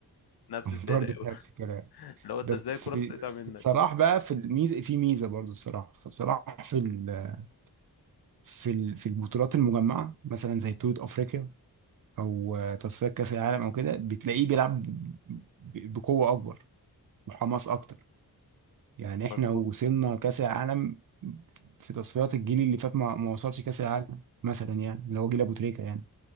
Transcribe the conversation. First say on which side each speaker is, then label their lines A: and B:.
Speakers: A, on the left; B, on the right.
A: نفس
B: <laughs>
A: السيرة
B: برضه نفس
A: <laughs>
B: الكلام
A: لو انت
B: بس
A: ازاي الكوره
B: بس
A: تتقطع منك
B: صلاح بقى في الميزه في ميزه برضه الصراحه فصلاح في ال... في ال... في البطولات المجمعه مثلا زي بطوله افريقيا او آه، تصفيات كاس العالم او كده بتلاقيه بيلعب ب- ب- بقوه اكبر وحماس اكتر يعني احنا
A: مظبوط
B: وصلنا كاس العالم في تصفيات الجيل اللي فات ما, ما وصلش كاس العالم مثلا يعني اللي هو جيل ابو تريكه يعني